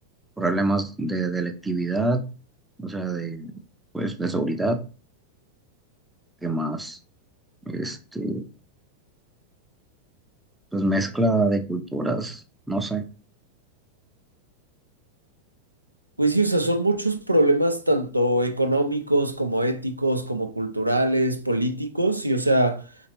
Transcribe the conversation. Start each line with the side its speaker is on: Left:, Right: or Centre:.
Centre: problemas de delictividad, o sea, de pues de seguridad, que más, este, pues mezcla de culturas, no sé.
Right: Pues sí, o sea, son muchos problemas tanto económicos como éticos, como culturales, políticos, y o sea,